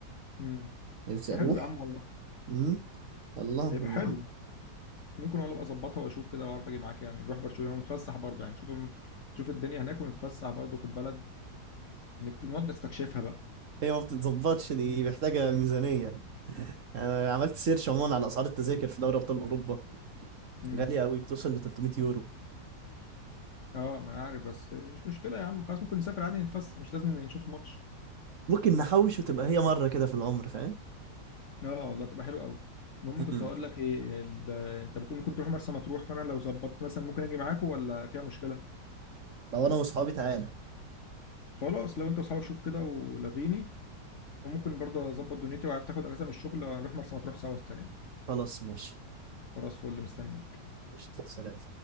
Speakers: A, on the left; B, on the right.
A: امم
B: نفسي
A: يا
B: اروح
A: حلو يا عم والله
B: امم الله
A: هيبقى
B: ونروح
A: حلو
B: له
A: ممكن والله ابقى اظبطها واشوف كده واعرف اجي معاك يعني نروح برشلونه ونتفسح برضه يعني نشوف نشوف الدنيا هناك ونتفسح برضه في البلد نكت- نقعد نستكشفها بقى
B: هي ما بتتظبطش دي محتاجة ميزانية أنا عملت سيرش عموما على أسعار التذاكر في دوري أبطال أوروبا
A: امم
B: غالية أوي بتوصل ل 300 يورو
A: اه ما انا عارف بس مش مشكله يا عم خلاص ممكن نسافر عادي نتفسح مش لازم نشوف الماتش
B: ممكن نحوش وتبقى هي مرة كده في العمر فاهم؟
A: اه آه، والله تبقى حلو قوي المهم كنت
B: مم.
A: هقول لك ايه ال... انت بتقول ممكن تروح مرسى مطروح فانا لو ظبطت مثلا ممكن اجي معاكم ولا فيها مشكله
B: لو أنا وأصحابي تعالى
A: خلاص لو انت واصحابك شوف كده ولغيني وممكن برضه اظبط دنيتي وعارف تاخد اجازه من الشغل هنروح مرسى مطروح سوا السنه دي
B: خلاص ماشي
A: خلاص فل مستنيك
B: قشطة، سلام